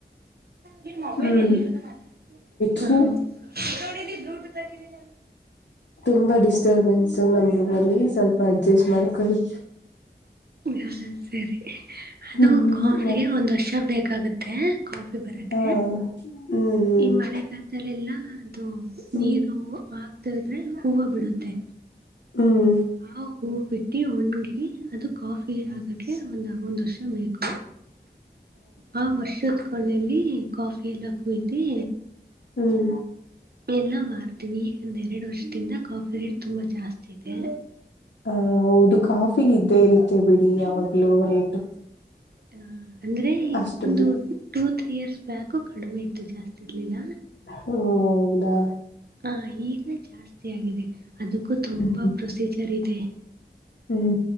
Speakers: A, on the right (about 60°); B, on the left (about 80°).
A: ನಿನ್ ಮೊಬೈಲ್
B: ಹ್ಮ್
A: ಎಲ್ಲಿ ಇಡ್ಕೊಂಡು ಹ
B: ಥು
A: ನೋಡಿ ಬ್ಲೂಟೂತ್ ಹಾಕಿದ್ದಿನಿ
B: ತುಂಬಾ ಡಿಸ್ಟರ್ಬೆನ್ಸ್ ನಮ್ಮ್ ರೂಮ್ ಅಲ್ಲಿ ಸ್ವಲ್ಪ ಅಡ್ಜಸ್ಟ್ ಮಾಡಿಕೊಳ್ಳಿ
A: ಹಾ ಸರಿ ಅದು
B: ಹ್ಮ್
A: ಕಾಫಿಗೆ
B: ಮತ್
A: ಒಂದ್ ವರ್ಷ ಬೇಕಾಗುತ್ತೆ ಕಾಫಿ ಬರಕ
B: ಹಾ ಹ್ಮ್
A: ಈ ಮಳೆ ಕಾಲದಲೆಲ್ಲ ಅದು
B: ಹ್ಮ್
A: ನೀರು ಆಗ್ತಿದ್ರೆ ಹೂವು ಬಿಡುತ್ತೆ.
B: ಹ್ಮ್
A: ಹ ಹೂ ಬಿಟ್ಟಿ ಒಣಗಿ ಅದು ಕಾಫಿ ಆ. ಅದಕ ಒಂದ ಒಂದ್ ವರ್ಷ ಬೇಕು. ಹಾ ವರ್ಷತ್ ಕೊಳ್ಳಲ್ಲಿ ಕಾಫಿ ಎಲ್ಲ ಕುಯಿಧಿ.
B: ಹ್ಮ್
A: ಎಲ್ಲ ಮಾರ್ತೀವಿ ಈಗಂದ ಎರಡು ವರ್ಷದಿಂದ ಕಾಫಿ ರೇಟ್ ತುಂಬಾ ಜಾಸ್ತಿ ಇದೆ.
B: ಹ ಹೌದು ಕಾಫಿ ಇದ್ದೇ ಇರುತ್ತೆ ಬಿಡಿ ಯಾವಾಗ್ಲುೂ ರೇಟು.
A: ಹ ಅಂದ್ರೆ ಈಗ
B: ಅಷ್ಟು
A: ಒಂದು
B: ಹ್ಮ
A: ಟೂ ತ್ರೀ ಇಯರ್ಸ್ ಬ್ಯಾಕ್. ಕಡಿಮೆ ಇತ್ತು ಜಾಸ್ತಿಲಿಲ್ಲ.
B: ಹೌದಾ
A: ಹ ಈಗ ಜಾಸ್ತಿ ಆಗಿದೆ ಅದಕ್ಕೂ ತುಂಬ
B: ಹ್ಮ್
A: ಪ್ರೊಸೀಜರ್ ಇದೆ.
B: ಹ್ಮ್